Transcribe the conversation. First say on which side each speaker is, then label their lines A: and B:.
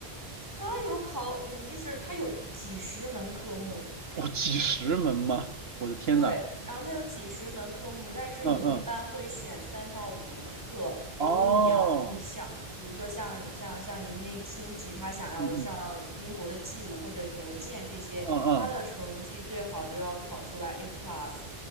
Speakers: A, on the right; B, on the right.
A: 他有考，嗯，就是他有几十门科目，
B: 哦，几十门吗？我的天呐，
A: 对，然后它有几十门科目，但是你一般会选三到五门课，
B: 嗯嗯，
A: 比如你要你想，
B: 哦，
A: 比如说像像像您那亲戚，他想要上英国的
B: 嗯嗯
A: G 舞或者牛剑这些，
B: 嗯嗯，
A: 他的成绩最好都要考出来 A plus，